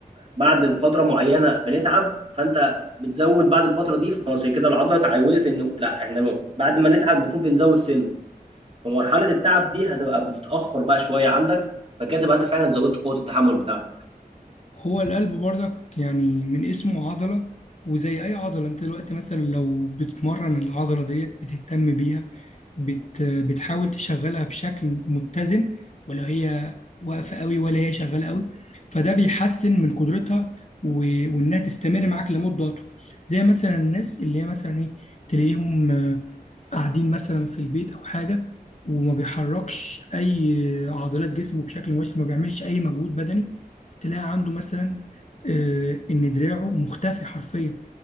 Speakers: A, on the right; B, on the left.
A: بعد فتره معينه بنتعب فانت بتزود بعد الفتره دي فخلاص هي كده العضله اتعودت انه لا احنا م- بعد ما نتعب المفروض بنزود سنه فمرحله التعب دي هتبقى بتتاخر بقى شويه عندك فكده تبقى انت فعلا زودت قوه التحمل بتاعتك
B: هو القلب برضك يعني من اسمه عضلة وزي أي عضلة أنت دلوقتي مثلا لو بتمرن العضلة ديت بتهتم بيها بت بتحاول تشغلها بشكل متزن ولا هي واقفة قوي ولا هي شغالة قوي فده بيحسن من قدرتها و- وإنها تستمر معاك لمدة أطول زي مثلا الناس اللي هي مثلا إيه تلاقيهم قاعدين مثلا في البيت او حاجه وما بيحركش اي عضلات جسمه بشكل مباشر ما بيعملش اي مجهود بدني تلاقي عنده مثلا آه، ان دراعه مختفي حرفيا